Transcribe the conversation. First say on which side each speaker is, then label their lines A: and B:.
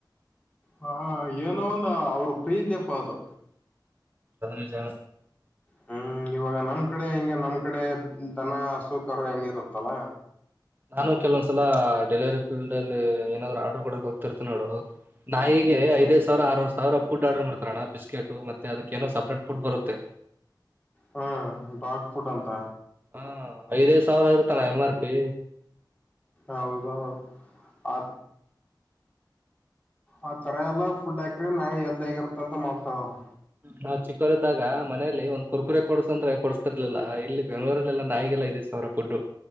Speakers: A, on the left; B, on the right.
A: ಹಾ ಏನೋ ಒಂದು ಅವ್ರ ಪ್ರೀತಿಯಪ್ಪದು
B: ಎಚ
A: ಹ್ಮ್ ಇವಾಗ ನಮ್ ಕಡೆ ಹಿಂಗ ನಮ್ ಕಡೆ ದನ ಅಸೂಕರ ಹೆಂಗಿರುತ್ತಲ್ಲ
B: ನಾನು ಕೆಲವೊಂದ್ಸಲ ಡೆಲಿವರಿ ಫೀಲ್ಡ್ ಅಲ್ಲಿ ಏನಾದ್ರು ಆರ್ಡರ್ ಕೊಡಕ್ ಹೋಗ್ತಿರ್ತೀನಿ ನೋಡು ನಾಯಿಗೆ
A: ಹ್ಮ್
B: ಐದೈದು ಸಾವಿರ ಆರ ಸಾವಿರ ಫುಡ್ ಆರ್ಡರ್ ಮಾಡ್ತಾರಣ್ಣ ಬಿಸ್ಕೆಟು ಮತ್ತೆ ಅದಕ್ಕೆ ಏನೋ ಸಪ್ರೇಟ್ಫುಡ್ ಬರುತ್ತೆ
A: ಹ್ಮ ಡಾಕ್ ಫುಡ್ ಅಂತ
B: ಹಾ ಐದೈದು ಸಾವಿರ ಇರುತ್ತಲ ಎಂ್ ಆರ್ ಪಿ
A: ಹೌದೌ ಆ ಆ ತರ ಎಲ್ಲಾ ಫುಡ್ ಹಾಕ್ರೆ ನಾ ಎಲ್ದ ಆಗಿರತ್ತ ಅಂತ ಮಾಡ್ತಾನ ಅವ್ರ
B: ನಾವ್ ಚಿಕ್ಕೋರ ಇದಿದ್ದಾಗ ಮನೇಲಿ ಒಂದ್ ಕುರ್ಕುರೆ ಕೊಡ್ಸ ಅಂದ್ರೆ ಕೊಡಸ್ತಿರ್ಲಿಲ್ಲ ಇಲ್ಲಿ ಬೆಂಗಳೂರಲ್ಲಾ ನಾಯಿಗೆ ಐದು ಸಾವಿರ ಪಟ್ಟರು